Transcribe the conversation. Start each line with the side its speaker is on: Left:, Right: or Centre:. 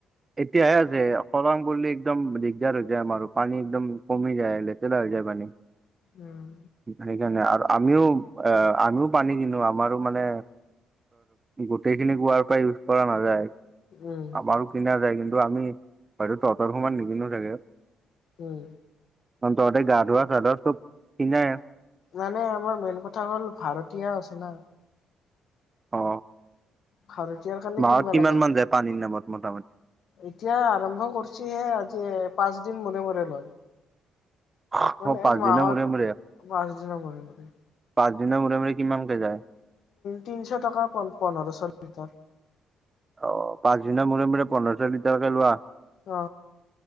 Right: এতিয়াহে আছে খৰাং পৰলি একদম দিগদাৰ হৈ যায় আমাৰ পানী একদম কমি যায় লেতেৰা হৈ পানি
Left: উম
Right: সেইকাৰণে আৰু আমিও আ আমিও পানী কিনো আমাৰো মানে গোটেইখিনি কোৱাৰ পৰা ইউজ কৰা নাযায়।
Left: উম
Right: আমাৰো কিনা যায় কিন্তু আমি হয়তো তহঁতৰ সমান নিকিনো চাগে।
Left: উম
Right: অ তহঁতে গা ধুৱা চা ধোৱা চব কিনাই
Left: মানে আমাৰ মেইন কথা হ'ল ভাৰতীয়া আচনা
Right: অ
Left: ভাৰতীয়ৰ কাৰণে
Right: মাহত
Left: কিনিব
Right: কিমান
Left: লগা
Right: মান
Left: হয়
Right: যায় পানীৰ নামত মুঠ
Left: এতিয়া আৰম্ভ কৰিছহে আজি পাঁচদিন মূৰে মূৰে লয়
Right: অ
Left: মানে
Right: পাঁচদিনৰ
Left: এই মাহত
Right: মূৰে মূৰে
Left: পাঁচদিনৰ মূৰে মূৰে
Right: পাঁচদিনৰ মূৰে মূৰে কিমানকে যায়।
Left: তিনিশ টকা পোন্ধৰশ লিটাৰ
Right: অ পাঁচদিনৰ মূৰে মূৰে পোন্ধৰশ লিটাৰকে লোৱা
Left: অ